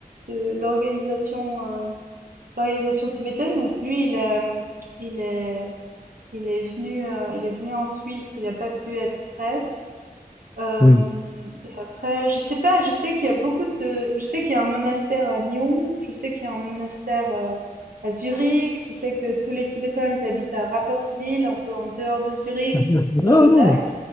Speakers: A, on the right; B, on the left.
A: de l'organisation euh, l'organisation tibétaine. Donc lui, il a, il est il est venu euh, il est venu en Suisse. Il n'a pas pu être prêtre. Euh,
B: Mhm.
A: et après, je sais pas. Je sais qu'il y a beaucoup de. Je sais qu'il y a un monastère à Nyon. Je sais qu'il y a un monastère euh, à Zurich. Je sais que tous les Tibétains ils habitent à Rapperswil, un peu en dehors de Zurich,
B: Ah
A: vers le
B: non.
A: lac.